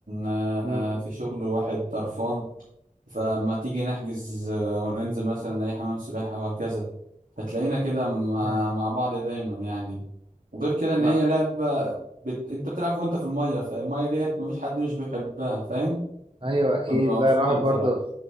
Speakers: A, on the right (about 80°); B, on the right (about 40°).
A: آه،
B: مم،
A: في شغل واحد طرفان فما تيجي نحجز آه، وننزل مثلا أي حمام سباحة وهكذا فتلاقينا كده مع
B: جامد.
A: مع بعض دايما يعني وغير كده إن
B: لا
A: هي لعبة بت... انت بتلعب وانت في الميه فالميه ديت مفيش حد مش بيحبها فاهم
B: ايوه اكيد
A: احنا بنبقى
B: لا
A: مبسوطين
B: الواحد برضو
A: صراحه